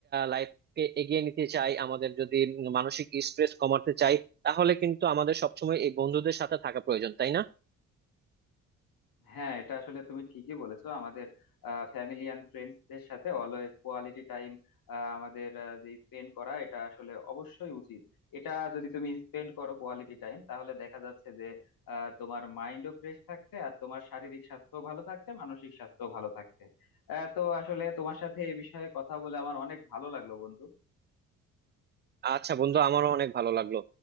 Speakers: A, on the right (about 25°); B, on the left (about 60°).
A: লাইফকে এগিয়ে নিতে চাই আমাদের যদি উম, মানসিক স্ট্রেস কমাতে চাই তাহলে কিন্তু আমাদের সবসময় এই বন্ধুদের সাথে থাকা প্রয়োজন তাই না
B: হ্যাঁ এটা আসলে তুমি ঠিকই বলেছো আমাদের ফ্যামিলি অ্যান্ড ফ্রেন্ডসদের সাথে অলওয়েজ কোয়ালিটি টাইম আমাদের আহ, যে স্পেন্ড করা এটা আসলে অবশ্যই উচিত এটা যদি তুমি স্পেন্ড করো কোয়ালিটি টাইম তাহলে দেখা যাচ্ছে যে আহ, তোমার মাইন্ডও ফ্রেশ থাকছে আর তোমার শারীরিক স্বাস্থ্য ভালো থাকছে মানসিক স্বাস্থ্য ভালো থাকছে আহ, তো আসলে তোমার সাথে এই বিষয়ে কথা বলে আমার অনেক ভালো লাগলো বন্ধু
A: আচ্ছা বন্ধু আমারও অনেক ভালো লাগলো